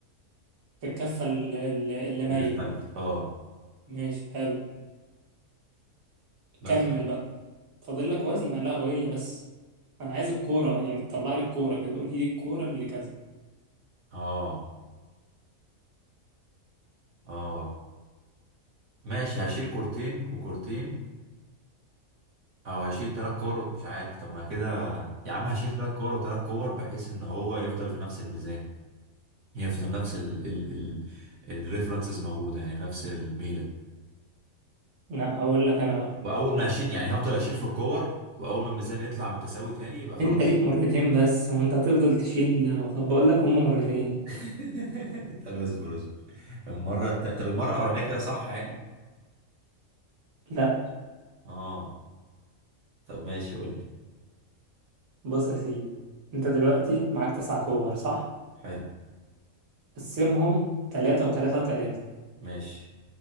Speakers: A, on the right (about 80°); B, on the right (about 65°).
A: الكفة ال- ال- اللي مايلة
B: اللي اختلفت اه
A: ماشي حلو
B: بس
A: كمل بقى فاضل لك وزن لا هو إيه اللي بس أنا عايز الكورة يعني تطلع لي الكورة كده قول لي دي الكورة اللي كذا
B: اه اه ماشي هشيل كورتين وكورتين او هشيل تلات كور مش عارف طب ما كده يا عم هشيل تلات كور وتلات كور بحيث ان هو يفضل في نفس الميزان يفضل نفس ال ال ال الريفرنسز موجودة يعني نفس الميلة
A: لا هقول لك أنا بقى
B: وأول ما أشيل يعني هفضل أشيل في الكور وأول ما الميزان يطلع متساوي تاني يبقى خلاص
A: أنت ليك مرتين بس وأنت هتفضل تشيل وخ- بقول لك هما مرتين
B: <laughs> طب اصبر اصبر المرة الت... طب المرة الأولانية كده صح يعني؟
A: لا
B: اه طب ماشي قول لي
A: بص يا سيدي أنت دلوقتي معاك تسع كور صح؟
B: حلو
A: قسمهم تلاتة وتلاتة وتلاتة
B: ماشي